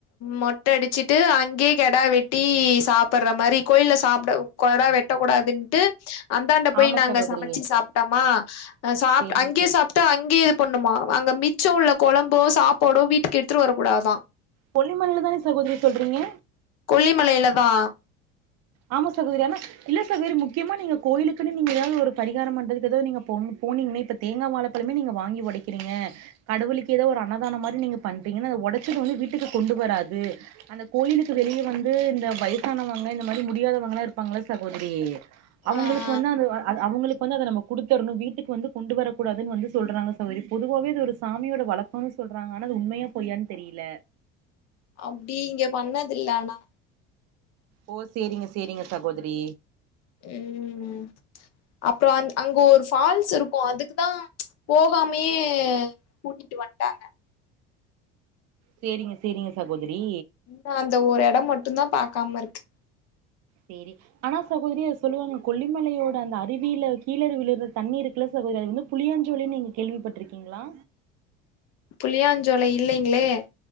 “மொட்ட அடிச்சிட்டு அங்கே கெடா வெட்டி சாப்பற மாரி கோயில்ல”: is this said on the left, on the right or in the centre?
Left